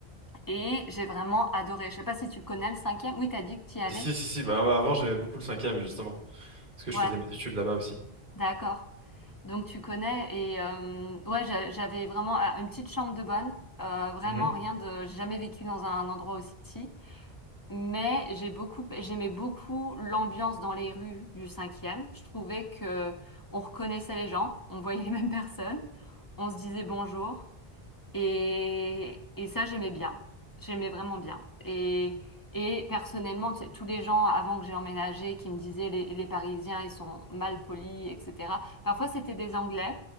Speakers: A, on the left (about 20°); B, on the right (about 55°).
A: et j'ai vraiment adoré. Je sais pas si tu connais le cinquième. Oui, t'as dit que t'y allais.
B: Si, si, si, si. Bah, avant, j'aimais beaucoup le cinquième, justement. Parce que je
A: Ouais,
B: faisais mes études là-bas aussi.
A: d'accord. Donc tu connais et euh, ouais, j'a- j'avais vraiment ah, une petite chambre de bonne. Euh, vraiment
B: Mhm.
A: rien de, j'ai jamais vécu dans un endroit aussi petit. Mais j'ai beaucoup, j'aimais beaucoup l'ambiance dans les rues du cinquième. Je trouvais que on reconnaissait les gens, on voyait les mêmes personnes, on se disait bonjour. Et, et ça, j'aimais bien. J'aimais vraiment bien. Et, et personnellement, tu sais, tous les gens avant que j'ai emménagé qui me disaient les, les Parisiens, ils sont mal polis, etc. Parfois, c'était des Anglais.